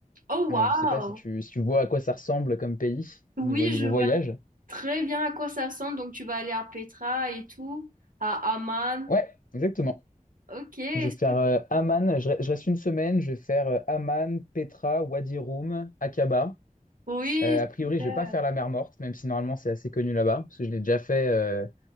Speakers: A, on the right (about 85°); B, on the left (about 80°).
A: Oh wow!
B: Euh, je sais pas si tu, si tu vois à quoi ça ressemble comme pays,
A: Oui,
B: niveau, niveau
A: je vois
B: voyage.
A: très bien à quoi ça ressemble. Donc tu vas aller à Petra et tout, à Amman.
B: Ouais, exactement.
A: Ok,
B: Je vais faire
A: su-
B: euh, Amman. Je, re- je reste une semaine. Je vais faire euh, Amman, Petra, Wadi Rum, Aqaba.
A: oui,
B: Euh, a priori,
A: super.
B: je vais pas faire la mer Morte, même si normalement c'est assez connu là-bas, parce que je l'ai déjà fait, euh,